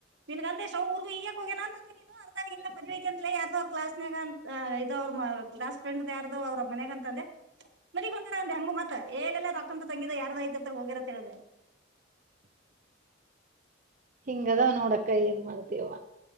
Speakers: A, on the right; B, on the right.
A: ನಿನ್ಗ ಅಂದೆ ಶ್ರವೂ ಊರ್ ಈಗ ಯಾಕ್ ಹೋಗ್ಯಾನ ಅಂತ ಅಂದಿ ನೀನು ಅಂದಾಗ ಇಲ್ಲ ಮದ್ವೈತಿ ಅಂತಲ ಯಾರ್ದೋ ಅವ್ರ ಕ್ಲಸ್ನಗ ಇದು ಅವ್ರ್ ಕ್ಲಾಸ್ ಫ್ರೆಂಡ್ ಯಾರ್ದು ಅವ್ರ ಮನ್ಯಾಗ ಅಂತಂದೆ. ಮನಿಗ್ ಬಂದಾರ ಅಂದೆ ಹೆಂಗು ಮತ್ತೇ ಏಲೆಲ್ಲ ರಕ್ಕಂತ ತಂಗಿದ ಯಾರ್ದ ಐತಿತ್ತ ಹೋಗಿರ ಅಂತ ಹೇಳ್ದೆ.
B: ಹಿಂಗದಾವ ನೋಡಕ್ಕ ಏನ್ ಮಾಡ್ತೀಯ.